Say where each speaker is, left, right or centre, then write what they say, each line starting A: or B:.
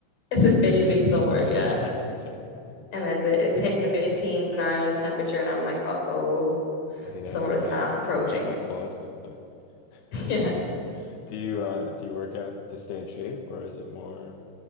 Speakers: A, on the left (about 35°); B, on the left (about 80°).
A: officially summer.
B: <laughs>
A: Yeah.
B: Exactly.
A: And then the, it's hitting the mid-teens in Ireland temperature, and I'm like, uh-oh,
B: Oh, Yeah,
A: summer
B: what am
A: is
B: my
A: fast approaching.
B: what do my quads look like? <laughs>
A: <laughs> Yeah.
B: Do you uh do you work out to stay in shape or is it more